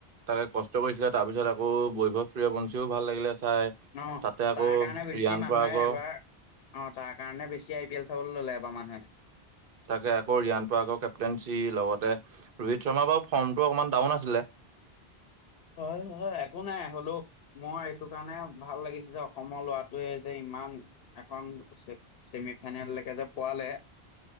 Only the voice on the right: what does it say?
তাকে কষ্ট কৰিছিলে তাৰ পিছত আকৌ বৈভৱ চুৰ বঞ্চীও ভাল লাগিলে চাই।
তাতে আকৌ
ৰিয়ান
পৰাগৰ
তাকে আকৌ ৰিয়ান পৰাগৰ আকৌ কেপটেনঞ্চি লগতে ৰোহিত শৰ্মাৰ বাৰা ফৰ্মটো অকমান ডাউন আছিলে।